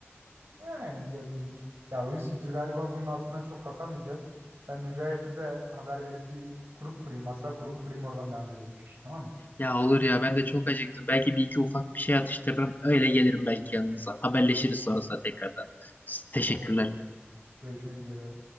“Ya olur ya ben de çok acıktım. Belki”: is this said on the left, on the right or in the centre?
Left